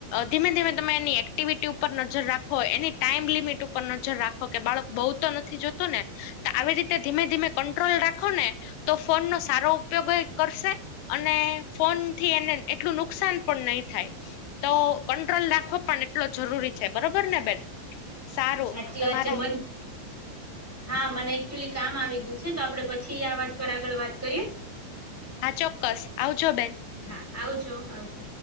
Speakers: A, on the left (about 85°); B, in the centre.
A: ધીમે ધીમે તમે એની એક્ટિવિટી ઉપર નજર રાખો, એની ટાઈમ લિમિટ ઉપર નજર રાખો કે બાળકો બહુ તો નથી જોતું ને. તો આવી રીતે ધીમે ધીમે કંટ્રોલ રાખ રાખો ને તો ફોન નો સારો ઉપયોગ કરશે. અને ફોન થી એને એટલું નુકસાન પણ નહી થાય. તો કંટ્રોલ રાખવો પણ એટલો જરૂરી છે બરોબર ને બેન સારું
B: સાચી
A: તમારા
B: વાત છે મન હા મને એકચુઅલી કામ આવી ગયું છે તો આપણેે પછી આ વાત પર આગળ વાત કરીએ.
A: હા ચોક્કસ આવજો બેન
B: હા આવજો આવજો.